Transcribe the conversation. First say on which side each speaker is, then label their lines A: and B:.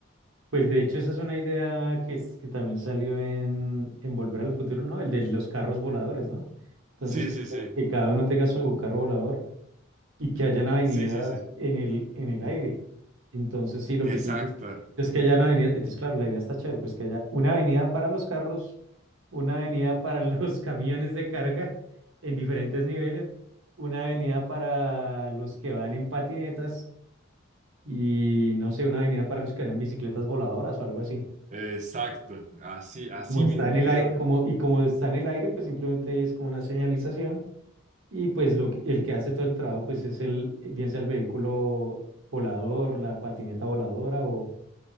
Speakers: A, on the right (about 70°); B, on the right (about 35°).
A: pues de hecho esa es una idea que, es, que también salió en, en Volver al Futuro, ¿no? El de los carros voladores, ¿no? Entonces,
B: Sí,
A: que,
B: sí, sí,
A: que cada uno tenga su carro volador y que hayan avenidas
B: sí, sí, sí.
A: en el, en el aire. Entonces, sí, lo
B: Exacto,
A: que tú dices es que hayan avenidas. Entonces, claro, la idea está chévere, pues que haya una avenida para los carros, una avenida para <laughs> los camiones de carga en diferentes niveles, una avenida para los que van en patinetas y no sé, una avenida para los que van en bicicletas voladoras o algo así.
B: exacto, así, así
A: Como está
B: mismo.
A: en el
B: Y
A: aire,
B: creo,
A: como, y como está en el aire, pues simplemente es como una señalización y pues lo que- el que hace todo el trabajo pues es el, bien sea el vehículo volador, la patineta voladora o,